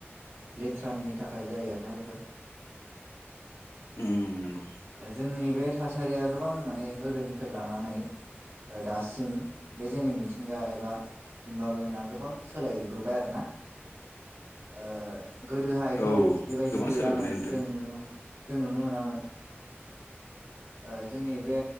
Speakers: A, on the right (about 55°); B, on the left (about 80°).
A: लेथ्रानि थाखाय जायो आरोना बेफोर।
B: उम नंगौ।
A: जोंनि बे थासारिया गोबां माने गोदोनिफ्राय लानानै ओ दासिम बे जोंनि मिथिंगा एबा इनभाइरनमेन्टआ गोबां सोलायबोबाय आरोना ओ गोदोहायथ'
B: औ
A: बेबायदि
B: गोबां
A: गैयामोन
B: सोलायबोनाय नुदों
A: जों नुनो नुनो मोनामोन। ओ जोंनि बे